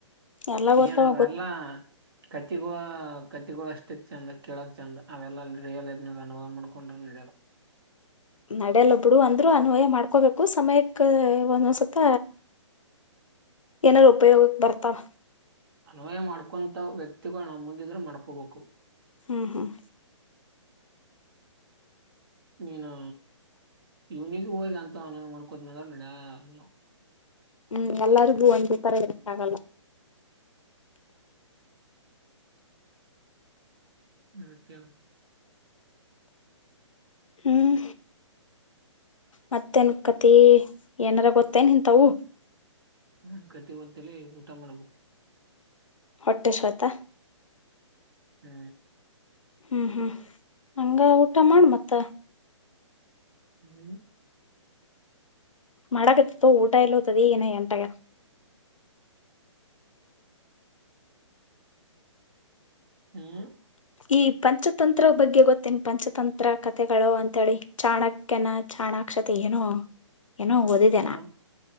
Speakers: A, on the left; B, on the right.
A: ಎಲ್ಲ ಗೊತ್ತಾವ
B: ಏನ ಅವಲ್ಲ ಕತ್ತಿಗಳು ಕತ್ತಿಗಳು ಅಷ್ಟೇ ಚಂದ ಕಳಕ್ ಚೆಂದ ಅವೆಲ್ಲ ಅಲ್ಲಿ ರಿಯಲ್ ೈಫ್ ಅನವ ಮಾಡ್ಕೊಂಡ್ರ ನಡ್ಯಲ್ಲ
A: ನಡೆಯಲ್ಲೊಬ್ಡು ಅಂದ್ರು ಅನ್ವಯ ಮಾಡ್ಕೋಬೇಕು ಸಮಯಕ್ ಒಂದೊಂದ್ಸತ ಏನಾದ್ರು ಉಪಯೋಗಕ್ ಬರ್ತಾವ
B: ಅನ್ವಯ ಮಾಡ್ಕೊಂತ ವ್ಯಕ್ತಿಗಳು ನಮ್ ಮುಂದಿದ್ರು ಮಾಡ್ಕೋಬೇಕು
A: ಹ್ಮ್ ಹ್ಮ್
B: ನೀನು ಇವನಿಗೆ ಹೋಗಿ ಅಂತ ನ್ಕೋತಿ ಅಂದ್ರ ನಡ ನೀವು
A: ಹ್ಮ್ ಎಲ್ಲರಿಗೂ ಒಂದು ತರ ಇಕ್ಕಾಗಲ್ಲ
B: ಅತ
A: ಹ್ಮ್ ಮತ್ತೆನ್ಕತಿ ಏನಾರ ಗೊತ್ತೇನಂತವು
B: ನ ಗತಿ ಬಂತಲಿ ಊಟ ಮಾಡ್ಬೇಕು
A: ಹೊಟ್ಟೆೇಶತ
B: ಹ್ಮ್
A: ಹ್ಮ್ ಹ್ಮ್ ಹಂಗ ಊಟ ಮಾಡ ಮತ್ತ
B: ಹ್ಮ್
A: ಮಾಡಕತ್ತತೋ ಊಟ ಇಲ್ತದ ಏನ ಎಂಟಾಗ
B: ಹ್ಮ್
A: ಈ ಪಂಚ ತಂತ್ರ ಬಗ್ಗೆ ಗೊತ್ತೇನ ಪಂಚತಂತ್ರ ಕಥೆಗಳು ಅಂತೇಳಿ ಚಾಣಕ್ಯನ ಚಾಣಾಕ್ಷತೆ ಏನು ಏನೋ ಓದಿದೆನಾ
B: ಹಾ